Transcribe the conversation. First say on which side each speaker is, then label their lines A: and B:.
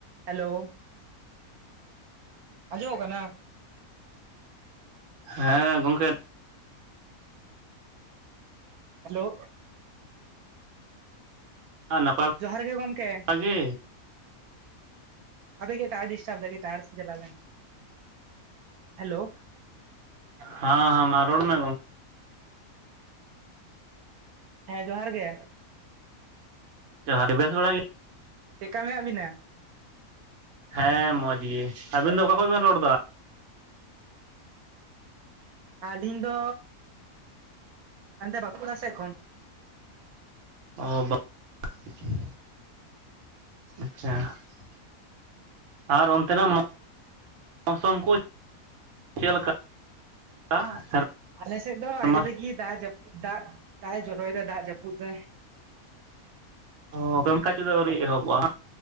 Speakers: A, on the right (about 80°); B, on the right (about 60°).
A: Hello ᱟᱡᱚᱢᱚᱜ ᱠᱟᱱᱟ
B: ᱦᱮᱸ ᱜᱚᱝᱠᱮ
A: ᱦᱮᱞᱳ
B: ᱱᱟᱯᱟᱭ
A: ᱡᱚᱦᱟᱨ ᱜᱮ ᱜᱚᱝᱠᱮ
B: ᱵᱟᱲᱟ ᱜᱮ
A: ᱟᱰᱤ ᱜᱮ ᱴᱟᱣᱟᱨ ᱰᱤᱥᱴᱟᱵ ᱫᱟᱭ ᱠᱟᱸᱪ ᱴᱟᱣᱟᱨ ᱥᱮᱫ ᱪᱟᱞᱟᱣ ᱞᱮᱱ ᱦᱮᱞᱳ
B: ᱦᱟᱸ ᱦᱟᱸ ᱢᱟ ᱨᱚᱲ ᱢᱮ
A: ᱦᱮᱸ ᱡᱚᱦᱟᱨ ᱜᱮ
B: ᱡᱚᱦᱟᱨ ᱜᱮ, ᱵᱮᱥ ᱵᱟᱲᱟ ᱜᱮ
A: ᱪᱮᱜᱠᱟ ᱢᱮᱱᱟᱜ ᱵᱤᱱᱟ?
B: ᱦᱮᱸ ᱢᱚᱡᱽ ᱜᱮ, ᱟᱵᱤᱱ ᱫᱚ ᱚᱠᱟ ᱠᱷᱚᱡ ᱵᱮᱱ ᱨᱚᱲ ᱮᱫᱟ?
A: ᱟᱹᱞᱤᱧ ᱫᱚ ᱚᱱᱛᱮ ᱵᱟᱸᱠᱩᱲᱟ ᱥᱮᱫ ᱠᱷᱚᱱ᱾
B: <unintelligible> ᱟᱨ ᱚᱱᱛᱮ ᱱᱟᱜ ᱢᱚᱥᱚᱢ ᱠᱚ ᱪᱮᱫ ᱞᱮᱠᱟ? <unintelligible>
A: ᱟᱞᱮ ᱥᱮᱫ ᱫᱚ
B: ᱥᱮᱨᱢᱟ
A: ᱟᱹᱰᱤ ᱛᱮᱫ ᱜᱮ ᱫᱟᱜ ᱡᱟᱹᱯᱩᱫ ᱫᱟᱜ ᱫᱟᱜ ᱡᱚᱨᱚᱭᱮᱫᱟ ᱫᱟᱜ ᱡᱟᱹᱯᱩᱫ ᱫᱟᱭ,
B: ᱦᱚᱸ ᱠᱟᱹᱢᱤᱠᱟᱡ ᱠᱚᱫᱚ ᱟᱹᱣᱨᱤ ᱮᱦᱚᱵᱚᱜᱼᱟ᱾